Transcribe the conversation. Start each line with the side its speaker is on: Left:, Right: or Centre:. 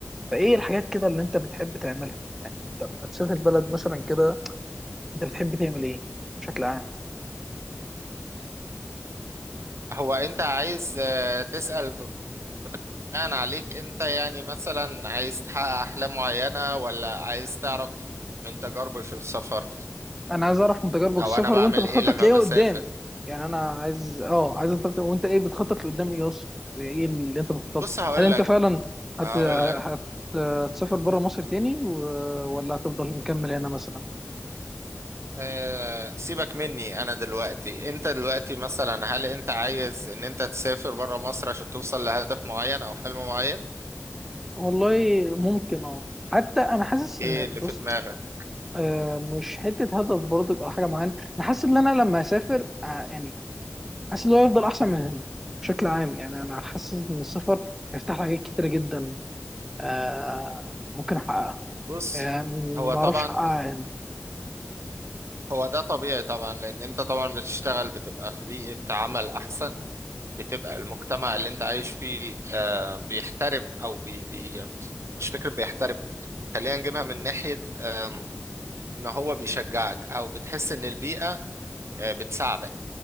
Centre: فإيه الحاجات كده اللي أنت بتحب تعملها يعني أنت لما تسافر بلد مثلا كده أنت بتحب تعمل إيه بشكل عام
Right: هو أنت عايز آه، تسأل بناء عليك انت يعني مثلا عايز تحقق احلام معينة ولا عايز تعرف من تجاربي في السفر
Centre: انا عايز اعرف من تجاربك
Right: او
Centre: السفر
Right: انا بعمل
Centre: وانت بتخطط
Right: ايه لما
Centre: لايه
Right: بسافر
Centre: قدام يعني انا عايز اه عايز انت وانت ايه بتخطط لقدام ايه اصلا ايه اللي انت بتخطط
Right: بص هقول
Centre: هل انت
Right: لك
Centre: فعلا هت...
Right: هقول
Centre: هت-
Right: لك
Centre: هتسافر بره مصر تاني و... ولا هتفضل مكمل هنا مثلا
Right: أه سيبك مني انا دلوقتي انت دلوقتي مثلا هل انت عايز ان انت تسافر بره مصر عشان توصل لهدف معين او حلم معين
Centre: والله ممكن اه حتى انا حاسس
Right: ايه
Centre: ان
Right: اللي
Centre: بص
Right: في دماغك
Centre: آه، مش حته هدف برضك او حاجه معينه انا حاسس ان انا لما اسافر آه، يعني حاسس ان هو هيفضل احسن من هنا بشكل عام يعني انا حاسس ان السفر هيفتح لي حاجات كتيره جدا آه، ممكن احققها
Right: بص
Centre: آه، ما
Right: هو طبعا
Centre: اعرفش حقها يعني
Right: هو ده طبيعي طبعا لان انت طبعا بتشتغل بتبقى في بيئة عمل احسن بتبقى المجتمع اللي انت عايش فيه آه، بيحترم او بي بي مش فكرة بيحترم خلينا نجيبها من ناحية آم، ان هو بيشجعك او بتحس ان البيئة آه، بتساعدك